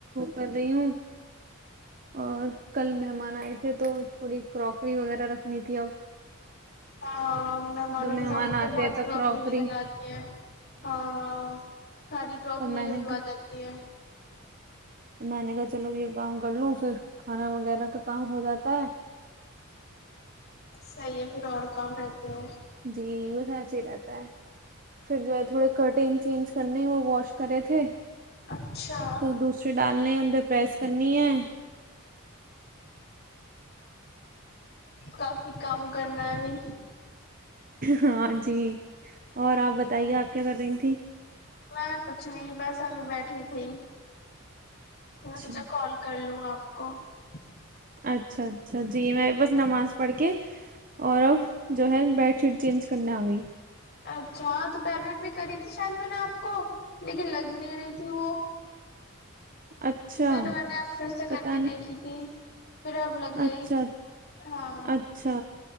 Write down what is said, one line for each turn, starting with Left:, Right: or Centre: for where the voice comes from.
Right: کر رہی ہوں اور کل مہمان آئے تھے تو تھوڑی کروکری وغیرہ رکھنی تھی اب
Left: ہ مہمانوں
Right: جب مہمان
Left: کے سامنے
Right: آتے
Left: تو بہت
Right: ہیں
Left: کرواکری
Right: کراکری
Left: نکل آاتی ہے ہاں ساری کرواکری
Right: تو میں
Left: یوز
Right: نے
Left: ہو جاتی ہے
Right: تو میں نے کہا چلو یہ کااؤم کر لوں پھر کھانا وغیرہ کا کام ہو جاتا ہے
Left: صحیح ہے پھر اور کام رہتے ہیں
Right: جی وہ سچ ہی رہتا ہے پھر جو ہے تھوڑے کٹنگ چینج کرنے وہ واش کرے تھے
Left: اچھا
Right: تو دوسرے ڈالنے ان پہ پریس کرنی ہے <inaudible>
Left: کافی کام کرنا ہے بھی
Right: ہاں جی اور آپ بتائیے آپ کیا کر رہی تھی
Left: میں کچھ نہیں بس ہم بیٹھ ٹھ تھی میں تجھا
Right: اچھا
Left: کال کر لوں آپ کو <unintelligible>
Right: اچھا اچھا جی میںی بس نماز پڑھ کے اور اب جو ہے بیڈ شیٹ چینج کرنے آ گئی
Left: اچھا ہاں دوپہر میں بھی کری تھی شاید میں نے آپ کو لیکن لگ نہیں رہی تھی وہ
Right: اچھا
Left: پھر میں نے اب پھر سے
Right: پتہ
Left: کر کے
Right: نہیں
Left: دیکھی تھی پھر اب لگے
Right: اچھا
Left: ہاں
Right: اچھا